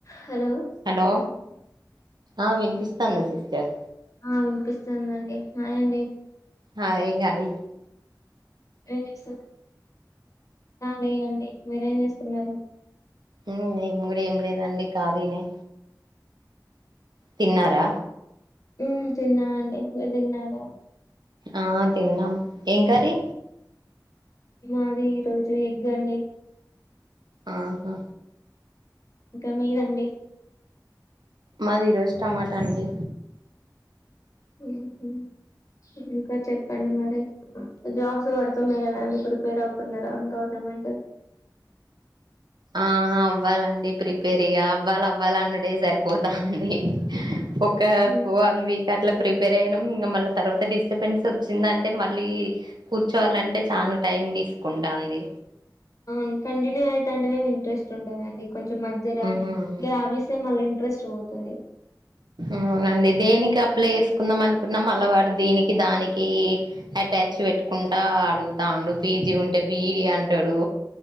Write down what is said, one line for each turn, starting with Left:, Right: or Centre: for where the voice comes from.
Left: Hello
Right: hello ఆ విన్పిస్తాంది sister
Left: ఆ విన్పిస్తుందండి హాయండి
Right: హాయ్ గాయి
Left: ఏం జెస్సు అ లేదండి మీరేం జేస్తున్నారు
Right: ఊ నేన్ గుడా ఏం లేదండి కాలినే తిన్నారా
Left: ఉ తిన్నా అండి మీర్ దిన్నారా
Right: ఆ తిన్నాం ఎం కర్రీ
Left: మాది ఈ రోజు ఎగ్గండి
Right: ఆహా
Left: ఇంకా మీ దండి
Right: మాది ఈ రోజ్ టమాటా అండి
Left: ఉ హూ ఇంకా చెప్పండి మరి జాబ్సు వడుతున్నాయ్ గదా అండి ప్రిపేర్ అవుతున్నారా గవర్నమెంటు
Right: ఆ అవ్వాలండి ప్రిపేరిగా అవ్వాల్ అవ్వాలన్నుడే జరిపోతాంది ఒకే
Left: ఉమ్,
Right: పో వాక్ వన్ వీకట్ల ప్రిపేర్ ఐనాం ఇంగ మళ్ళ తర్వాత డిస్టపెన్సొచ్చిందంటే మళ్ళీ కూర్చోవలంటే చానా టైం దీస్కుంటాంది
Left: అవున్ కంటిన్యూ అయితాంటెనే వింట్రెస్ట్ ఉంటదండి కొంచెం మధ్యల
Right: ఉమ్
Left: గ్యాపిస్ తే మళ్ళ ఇంట్రెస్ట్ వోతది
Right: అవునండి దేనికి అప్లై ఏస్కుందాం అనుకున్నాం మళ్లా వాడు దీనికి దానికీ అట్యాచ్చు వెట్టుకుంటా అడుగుతా ఉండు పీజీ ఉంటే బిఈడీ అంటడు